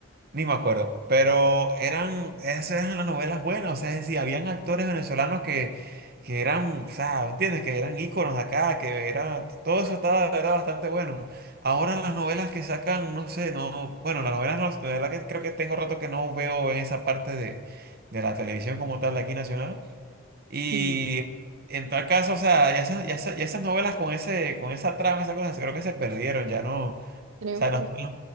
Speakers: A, on the right; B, on the right.
A: Ni me acuerdo, pero eran, esas eran las novelas buenas, o sea, es decir, habían actores venezolanos que, que eran, o sea, ¿me ¿entiendes? Que eran íconos acá, que era, todo eso estaba, era bastante bueno. Ahora las novelas que sacan, no sé, no, bueno, las novelas, no, de verdad que creo que tengo rato que no veo en esa parte de, de la televisión como tal, de aquí nacional. Y
B: Sí,
A: en tal caso, o sea, ya esas, ya esas, ya esas novelas con ese, con esa trama, esas cosas, creo que se perdieron, ya no, o
B: Creo,
A: sea,
B: que
A: no están los,